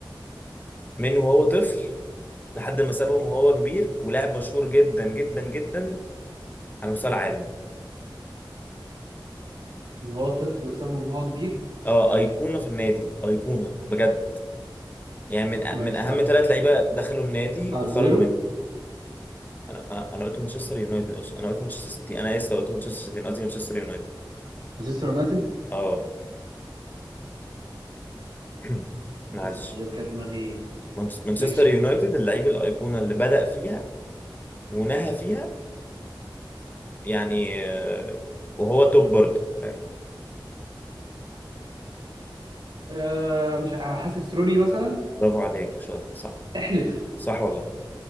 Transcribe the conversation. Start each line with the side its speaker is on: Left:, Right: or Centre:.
Left: من وهو طفل لحد ما سابهم وهو كبير ولاعب مشهور جدا جدا جدا على مستوى العالم
Right: ان هو طفل وسابهم وهو كبير
Left: اه ايقونه في النادي ايقونه بجد يعني من أ-
Right: ماشي
Left: من اهم
Right: آه.
Left: ثلاث لعيبه دخلوا النادي وخرجوا
Right: اجويرو
Left: منه انا انا أنا قلت مانشستر يونايتد انا قلت مانشستر سيتي انا اسف لو قلت مانشستر سيتي أنا قصدي مانشستر يونايتد
Right: مانشستر يونايتد
Left: اه <clears throat> معلش
Right: بص خليت كده دماغي
Left: مانش- مانشستر
Right: ماشي
Left: يونايتد اللعيب الايقونه اللي بدأ فيها ونهى فيها يعني آه، وهو توب برضه فاهم؟
Right: آه مش عارف، حاسس روني مثلا
Left: برافو عليك شاطر صح
Right: احلف
Left: صح والله